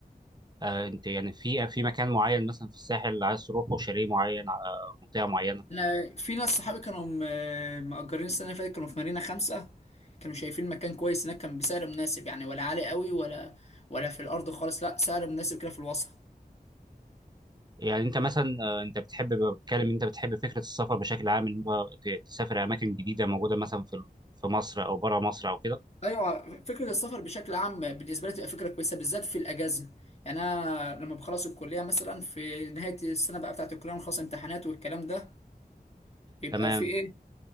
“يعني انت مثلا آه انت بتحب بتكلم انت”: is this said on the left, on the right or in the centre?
Right